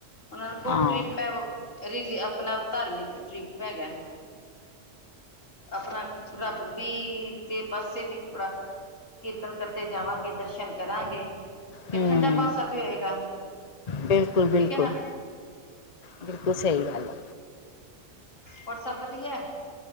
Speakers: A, on the left; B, on the left.
A: ਓਨਾਂ ਨੂੰ ਕੋਅ
B: ਹਾਂ
A: ਟ੍ਰਿਪ ਐ ਰੀ ਜੀ, ਆਪਣਾ ਧਾਰਮਿਕ ਟ੍ਰਿਪ ਹੈਗੈ। ਆਪਣਾ
B: ਠੀਕ
A: ਰੱਬ ਵੀ ਤੇ ਪਾਸੇ ਵੀ ਥੋੜਾ ਕੀਰਤਨ ਕਰਤੇ ਜਾਵਾਂਗੇ, ਦਰਸ਼ਨ ਕਰਾਂ ਤੇ
B: ਹੂੰ,
A: ਠੰਡਾ ਪਾਸਾ ਵੀ ਹੋਏਗਾ।
B: ਬਿਲਕੁਲ-ਬਿਲਕੁਲ,
A: ਠੀਕ ਐ ਨਾ।
B: ਬਿਲਕੁਲ ਬਿਲਕੁਲ ਸਈ ਗੱਲ ਐ।
A: ਔਰ ਸਭ ਵਧੀਐ?